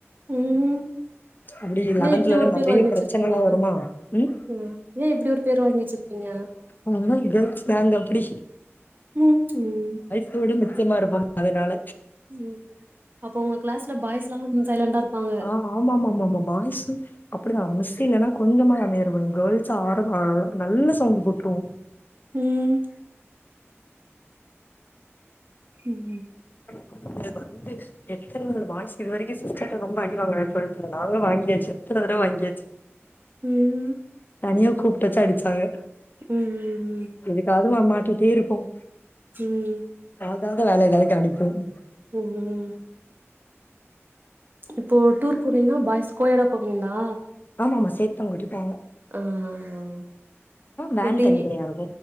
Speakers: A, on the right; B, on the left.
A: ம்
B: அப்டி லெவன்த்லல்லா
A: ஏ இப்டி ஒரு
B: நெறய
A: பேர் வாங்கி வச்சிருக்கீங்க
B: பிரச்சனை எல்லா வருமா ம்
A: ம் ஏன் இப்டி ஒரு பேர் வாங்கி வச்சுருக்கீங்க
B: அதேல்லா கேள்ஸ் காங் அப்டி
A: ம் ம்
B: துவிட மிச்சயமா இருப்போம் அதனால
A: ம் அப்ப உங்க கிளாஸ்ல பாய்ஸ்லா சைலண்டா இருப்பாங்க
B: ஆமா ஆமா ஆமா ஆமா பாய்ஸு அப்டிதா மிஸ் இல்லன்னா கொஞ்சமாவது அமைதியா இருப்பானுங்க கேர்ள்ஸ் ஆ <unintelligible> நல்ல சவுண்ட் போற்றுவோ
A: ம் ம்
B: அ வந்து எத்தன நாள் பாய்ஸ் இதுவரைக்கு சிஸ்டர்ட ரொம்ப அடி வாங்கல டொல்த்துல நாங்க வாங்கியாச்சு எத்தன தடவ வாங்கியாச்சு
A: ம்
B: தனியா கூப்ட்டு வச்சு அடுச்சாங்க
A: ம் ம் ம்
B: எதுக்காது வம் மாட்டிட்டே இருப்போம்
A: ம்
B: நாதாவது வேல எதாவது கணிப்போம்
A: ம் இப்போ டூர் போனீங்ன்னா பாய்ஸ் கோயடா போவீங்ளா
B: ஆமா ஆமா சேத்து தா கூட்டிப்பாங்க
A: ஆ ஆ ஆ
B: வேன்
A: எப்டி
B: தனித்தனியா இருக்கும்